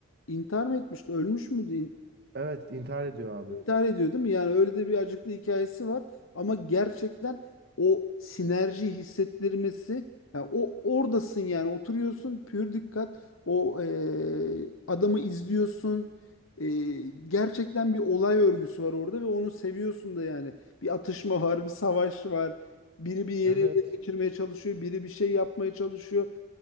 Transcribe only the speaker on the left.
intihar mı etmişti? Ölmüş müydü?
İntihar ediyor değil mi? Yani öyle de bir acıklı hikayesi var. Ama gerçekten o sinerji hissettirmesi yani o oradasın yani oturuyorsun pür dikkat o e, adamı izliyorsun. E, gerçekten bir olay örgüsü var orada ve onu seviyorsun da yani. Bir atışma var, bir savaş var. Biri bir yeri
ele geçirmeye çalışıyor, biri bir şey yapmaya çalışıyor.